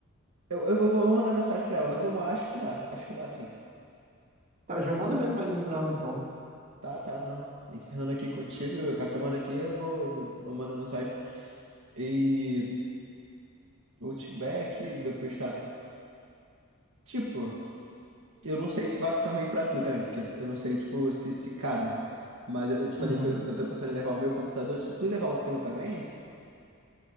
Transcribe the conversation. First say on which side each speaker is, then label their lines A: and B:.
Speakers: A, on the right; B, on the right.
A: Eu, eu vou vou mandar mensagem pra ela, mas eu acho que dá. Acho que dá sim.
B: Tá, já manda mensagem pra ela então.
A: Tá, tá, não. Encerrando aqui contigo, com a câmera aqui, eu vou, vou, eu mando mensagem. E Outback, depois tá. Tipo, eu não sei se vai ficar ruim pra tu também, porque eu não sei, tipo, se, se cabe. Mas eu, eu te
B: Uhum.
A: falei que eu, que eu tô pensando em levar o meu computador. Se tu levar o teu também,